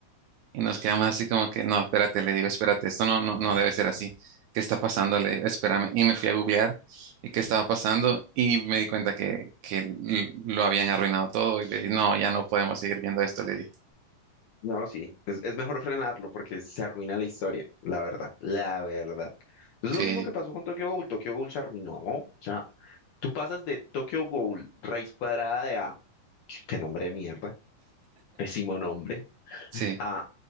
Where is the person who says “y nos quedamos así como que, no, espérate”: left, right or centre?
Right